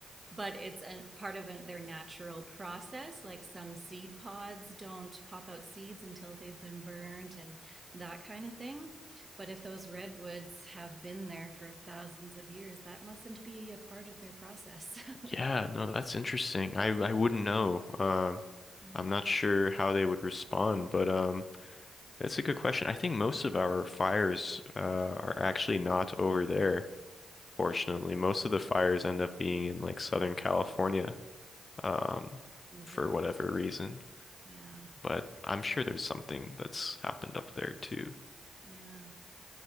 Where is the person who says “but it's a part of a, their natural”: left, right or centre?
Right